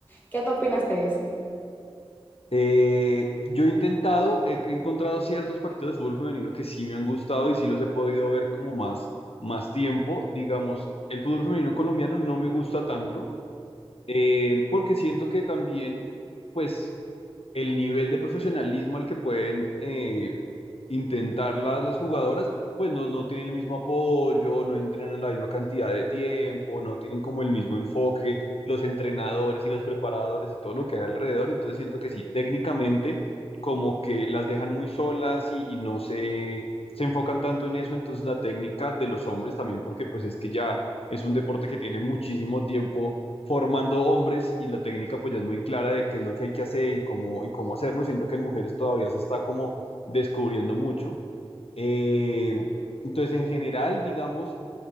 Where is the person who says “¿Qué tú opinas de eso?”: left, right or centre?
Left